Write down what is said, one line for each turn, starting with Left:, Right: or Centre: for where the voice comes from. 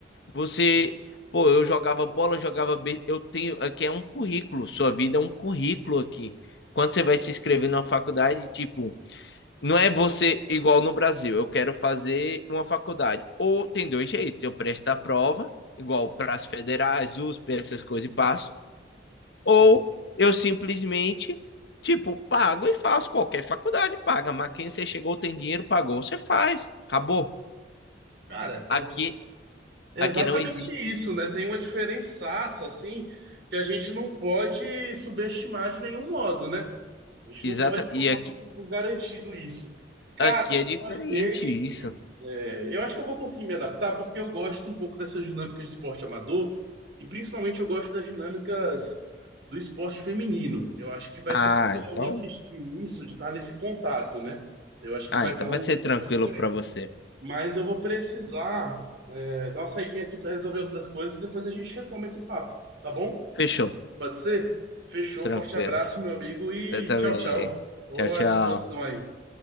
Left: você, pô, eu jogava bola, eu jogava, be- eu tenho, aqui é um currículo, sua vida é um currículo aqui. Quando
Right: sim,
Left: você vai se inscrever numa faculdade, tipo, não é você igual no Brasil, eu quero fazer uma faculdade. Ou tem dois jeitos, eu presto a prova, igual para as federais, USP, essas coisas e passo,
Right: sim.
Left: ou eu simplesmente, tipo, pago e faço. Qualquer faculdade paga, mas quem você chegou, tem dinheiro, pagou, você faz, acabou.
Right: Cara,
Left: Aqui,
Right: É
Left: aqui
Right: exatamente
Left: não existe
Right: isso,
Left: isso.
Right: né? Tem uma diferençaça, assim, que a gente não pode subestimar de nenhum modo, né? A gente
Left: Exato,
Right: não pode tomar
Left: e aqui,
Right: tudo por garantido isso. Cara,
Left: aqui
Right: eu
Left: é diferente
Right: achei.
Left: isso.
Right: é, eu acho que eu vou conseguir me adaptar, porque eu gosto um pouco dessas dinâmicas de esporte amador, e principalmente eu gosto das dinâmicas do esporte feminino. Eu acho que vai
Left: Ah,
Right: ser muito
Left: então,
Right: legal de assistir isso, de estar nesse contato, né? Eu acho que
Left: ah,
Right: vai
Left: então
Right: dar
Left: vai
Right: um-
Left: ser tranquilo
Right: uma diferença.
Left: para você.
Right: Mas eu vou precisar. É, dá uma saidinha aqui para resolver outras coisas e depois a gente retoma esse papo, tá bom?
Left: Fechou,
Right: Pode ser? Fechou,
Left: tranquilo.
Right: forte abraço, meu amigo, e
Left: Você também.
Right: tchau, tchau. Estou
Left: Tchau, tchau.
Right: à disposição aí.